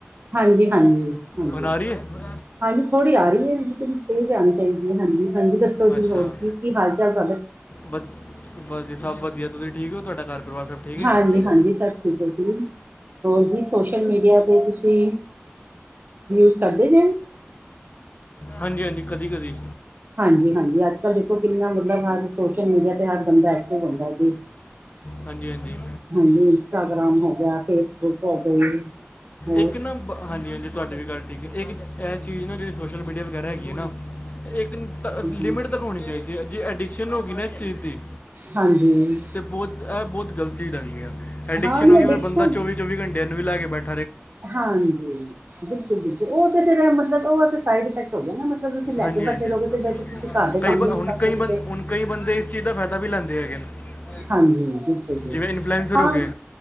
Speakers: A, on the right; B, on the left.
A: ਹਾਂਜੀ ਹਾਂਜੀ ਹਾਂਜੀ
B: ਹੁਣ ਆ ਰਹੀ ਹੈ
A: ਹਾਂਜੀ ਥੋੜ੍ਹੀ ਆ ਰਹੀ ਹੈ ਤੈਨੂੰ ਜਾਣੀ ਚਾਹੀਦੀ ਹੈ ਹਾਂਜੀ ਹਾਂਜੀ ਦੱਸੋ ਜੀ
B: ਅੱਛਾ
A: ਹੋਰ ਕੀ ਕੀ ਹਾਲ ਚਾਲ ਤੁਹਾ
B: ਵਧ ਵਧੀਆ ਸਭ ਵਧੀਆ ਤੁਸੀਂ ਠੀਕ ਹੋ ਤੁਹਾਡਾ ਘਰ ਪਰਿਵਾਰ ਸਭ ਠੀਕ ਹੈ
A: ਹਾਂਜੀ ਹਾਂਜੀ ਸਭ ਠੀਕ ਹੈ ਜ ਹੋਰ ਜੀ ਸੋਸ਼ਲ ਮੀਡੀਆ 'ਤੇ ਤੁਸੀਂ ਯੂਜ ਕਰਦੇ ਜੇ
B: ਹਾਂਜੀ ਹਾਂਜੀ ਕਦੀ ਕਦੀ
A: ਹਾਂਜੀ ਹਾਂਜੀ ਅੱਜ ਕੱਲ ਦੇਖੋ ਕਿੰਨਾ ਮਤਲਬ ਹਰ ਸੋਸ਼ਲ ਮੀਡੀਆ ਤੇ ਹਰ ਬੰਦਾ ਇਥੇ ਹੁੰਦਾ ਜੀ <unintelligible>
B: ਹਾਂਜੀ ਹਾਂਜੀ
A: ਹਾਂਜੀ ਇੰਸਟਾਗ੍ਰਾਮ ਹੋ ਗਿਆ ਫੇਸਬੁੱਕ ਹੋ ਗਈ ਹੋਰ
B: ਇੱਕ ਨਾ ਹਾਂਜੀ ਹਾਂਜੀ ਤੁਹਾਡੀ ਵੀ ਗੱਲ ਠੀਕ ਹੈ ਇੱਕ ਇਹ ਚੀਜ਼ ਨਾ ਜਿਹੜੀ ਸੋਸ਼ਲ ਮੀਡੀਆ ਵਗੈਰਾ ਹੈਗੀ ਹੈ ਨਾ ਇੱਕ
A: ਹਾਂਜੀ
B: ਲਿਮਿਟ ਤੱਕ ਹੋਣੀ ਚਾਹੀਦੀ ਹੈ ਜੇ ਅਡਿਕਸ਼ਨ ਹੋ ਗਈ ਨਾ ਇਸ ਚੀਜ਼ ਦੀ
A: ਹਾਂਜੀ
B: ਅਤੇ ਬਹੁਤ ਇਹ ਬਹੁਤ ਗਲਤ ਚੀਜ਼ ਹੈਗੀ ਐ ਐਡਿਕਸ਼ਨ
A: ਹਾਂ ਨਹੀਂ
B: ਹੋ ਗਈ
A: ਅਡਿਕਸ਼ਨ
B: ਫਿਰ ਬੰਦਾ ਚੌਵੀ ਚੌਵੀ ਘੰਟਿਆਂ ਨੂੰ ਵੀ ਲੈ ਕੇ ਬੈਠੇ
A: ਹਾਂਜੀ ਬਿਲਕੁਲ ਬਿਲਕੁਲ ਉਹ ਤੇ ਫਿਰ ਮਤਲਬ ਉਹ ਤੇ ਸਾਈਡ ਇਫੈਕਟ ਨਾ ਮਤਲਬ ਤੁਸੀਂ ਲੈ
B: ਹਾਂਜੀ
A: ਕੇ
B: ਹਾਂਜੀ
A: ਬੈਠੇ ਰਹੋਗੇ ਤੇ ਬੈ ਤੁਸੀਂ ਘਰ ਦੇ
B: ਕਈ
A: ਕੰਮ
B: ਬ-
A: ਵੀ
B: ਹੁਣ
A: ਨੀ ਕਰ
B: ਕਈ
A: ਸਕਦੇ
B: ਬੰਦ
A: ਤੇ
B: ਹੁਣ ਕਈ ਬੰਦੇ ਇਸ ਚੀਜ਼ ਦਾ ਫਾਇਦਾ ਵੀ ਲੈਂਦੇ ਹੈਗੇ ਨੇ
A: ਹਾਂਜੀ ਬਿਲਕੁਲ ਜੀ
B: ਜਿਵੇਂ ਇਨਫੈਨਸਰ
A: ਹਾਂ
B: ਹੋ ਜੇ